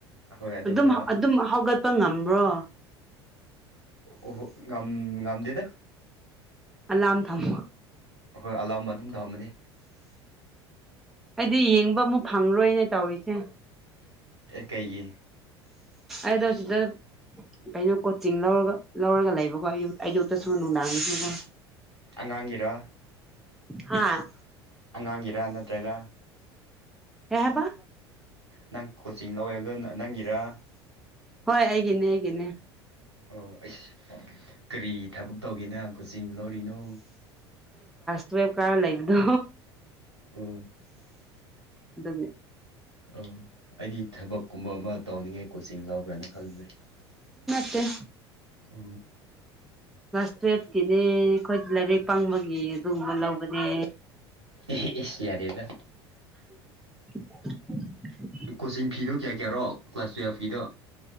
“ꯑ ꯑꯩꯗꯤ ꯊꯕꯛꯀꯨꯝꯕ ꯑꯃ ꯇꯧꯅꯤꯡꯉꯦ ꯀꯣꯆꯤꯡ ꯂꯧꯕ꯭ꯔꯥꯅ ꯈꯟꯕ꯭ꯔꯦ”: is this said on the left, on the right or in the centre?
Right